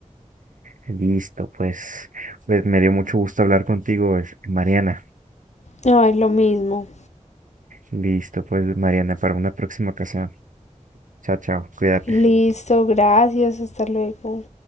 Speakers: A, on the right (about 80°); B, on the left (about 60°).
A: Listo, pues, pues me dio mucho gusto hablar contigo, es- Mariana.
B: Ay, lo mismo.
A: Listo, pues, Mariana, para una próxima ocasión. Chao, chao, cuídate.
B: Listo, gracias, hasta luego.